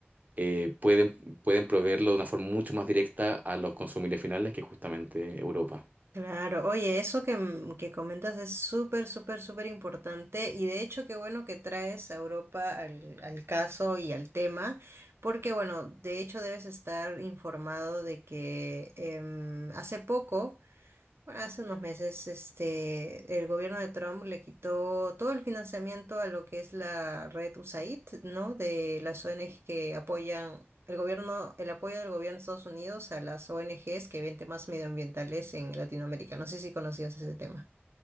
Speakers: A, on the right; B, on the right.
A: eh, pueden, pueden proveerlo de una forma mucho más directa a los consumidores finales que justamente Europa.
B: Claro, oye, eso que, m- que comentas es súper, súper, súper importante y de hecho qué bueno que traes a Europa al, al caso y al tema, porque bueno, de hecho debes estar informado de que em, hace poco Bueno, hace unos meses, este, el gobierno de Trump le quitó todo el financiamiento a lo que es la red USAID, ¿no? De las ONGs que apoyan el gobierno, el apoyo del gobierno de Estados Unidos a las ONGs que ven temas medioambientales en Latinoamérica. No sé si conocías ese tema.